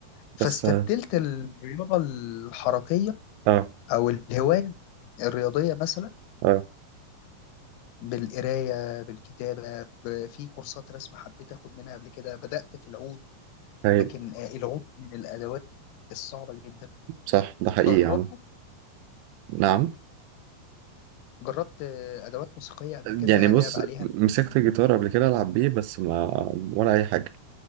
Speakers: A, on the left; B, on the right.
A: فاستبدلت
B: بس اه
A: الرياضه الحركيه
B: اه
A: او الهوايه الرياضيه مثلا
B: آه،
A: بالقراية بالكتابة ب- في كورسات رسم حبيت أخد منها قبل كده بدأت في العود
B: هايل
A: لكن آه، العود من الأدوات الصعبة جدا
B: صح ده حقيقي
A: جربته
B: يا عم نعم
A: جربت آه، أدوات موسيقية قبل
B: يعني
A: كده
B: بص
A: لعب عليها
B: مسكت
A: <laughs>
B: الجيتار قبل كده العب بيه بس ما ولا اي حاجه